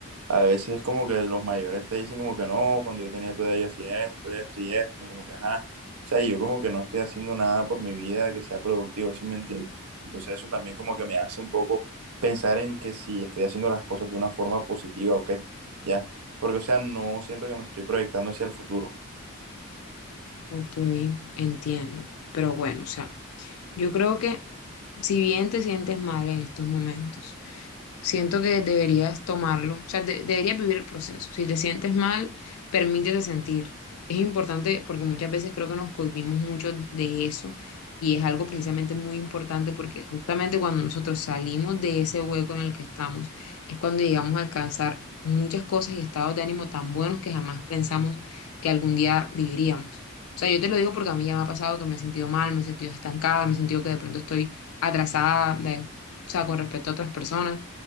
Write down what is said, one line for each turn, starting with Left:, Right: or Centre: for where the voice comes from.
Right: a veces como que los mayores te dicen como que no, cuando yo tenía tu edad yo hacía esto, esto y esto, como que ajá, o sea, y yo como que no estoy haciendo nada por mi vida que sea productivo, sin mentir, entonces eso también como que me hace un poco pensar en que si estoy haciendo las cosas de una forma positiva o qué, ya porque, o sea, no siento que me estoy proyectando hacia el futuro.
Left: Ok, entiendo. Pero bueno, o sea, yo creo que si bien te sientes mal en estos momentos, Siento que deberías tomarlo, o sea, de- deberías vivir el proceso. Si te sientes mal, permítete sentirlo. Es importante porque muchas veces creo que nos cohibimos mucho de eso y es algo precisamente muy importante porque justamente cuando nosotros salimos de ese hueco en el que estamos es cuando llegamos a alcanzar muchas cosas y estados de ánimo tan buenos que jamás pensamos que algún día viviríamos. O sea, yo te lo digo porque a mí ya me ha pasado que me he sentido mal, me he sentido estancada, me he sentido que de pronto estoy atrasada, de- o sea, con respecto a otras personas